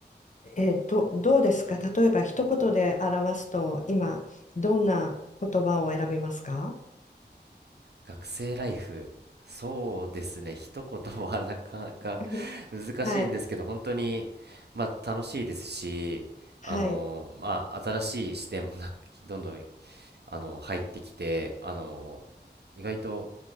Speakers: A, on the left; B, on the right.
A: えーど、どうですか例えば一言で表すと、今、どんな言葉を選びますか
B: 学生ライフ、そうですね。一言はなかなか
A: うん
B: <laughs>
A: <laughs>
B: 難しいんですけど、
A: はい。
B: 本当に、まあ、楽しいですし、
A: はい。
B: あの、まあ、新しい視点もな、どんどん、あの、入ってきて、あの、意外と